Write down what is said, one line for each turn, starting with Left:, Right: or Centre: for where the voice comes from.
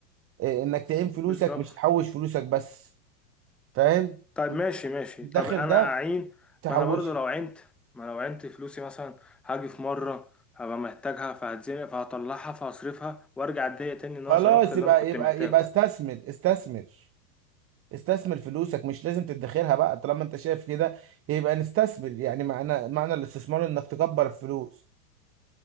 Right: إيه، انك تعين فلوسك
Centre: بالظبط
Right: مش تحوش فلوسك بس فاهم
Centre: طيب ماشي ماشي
Right: الداخل
Centre: طب انا
Right: ده
Centre: اعين
Right: تحوشه
Centre: ما انا برضو لو عينت ما لو عينت فلوسي مثلا هاجي في مره هبقى محتاجها فهتزنق فهطلعها فهصرفها وارجع اتضايق تاني ان
Right: خلاص
Centre: انا صرفت اللي
Right: يبقى
Centre: انا كنت
Right: يبقى
Centre: محتاجه
Right: يبقى استثمر استثمر استثمر فلوسك مش لازم تدخرها بقى طالما انت شايف كده يبقى نستثمر يعني معنى معنى الاستثمار انك تكبر الفلوس